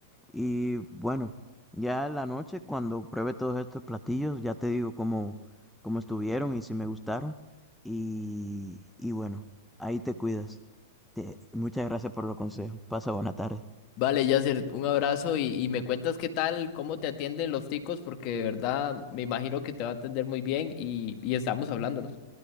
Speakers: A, in the centre; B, on the left (about 45°).
A: Y bueno, ya en la noche, cuando pruebe todos estos platillos, ya te digo cómo, cómo estuvieron y si me gustaron. Y, y bueno, ahí te cuidas. Te- muchas gracias por los consejos. Pasa buena tarde.
B: Vale, Yasser, un abrazo y, y me cuentas qué tal, cómo te atienden los ticos, porque de verdad me imagino que te va a atender muy bien y, y estamos hablándonos.